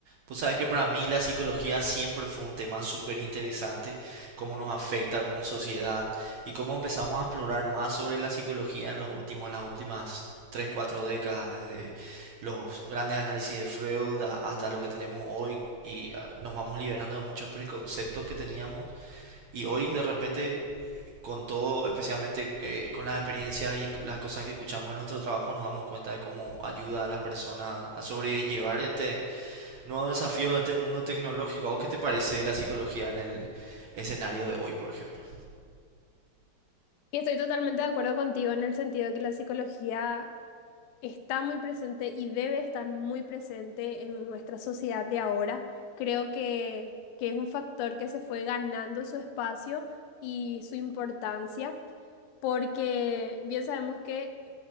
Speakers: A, on the right; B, on the left.
A: Pues sabes que para mí la psicología siempre fue un tema súper interesante, cómo nos afecta como sociedad y cómo empezamos a explorar más sobre la psicología en los últimos, en las últimas 3 4 décadas, desde los grandes análisis de Freud a- hasta lo que tenemos hoy y ah, nos vamos liberando de muchos preconceptos que teníamos y hoy de repente con todo, especialmente eh, con las experiencias y las cosas que escuchamos en nuestro trabajo, nos damos cuenta de cómo ayuda a las personas a sobrellevar este nuevo desafío de este mundo tecnológico. ¿A vos qué te parece la psicología en el escenario de hoy, por ejemplo?
B: Y estoy totalmente de acuerdo contigo en el sentido de que la psicología está muy presente y debe estar muy presente en nuestra sociedad de ahora. Creo que, que es un factor que se fue ganando su espacio y su importancia, porque bien sabemos que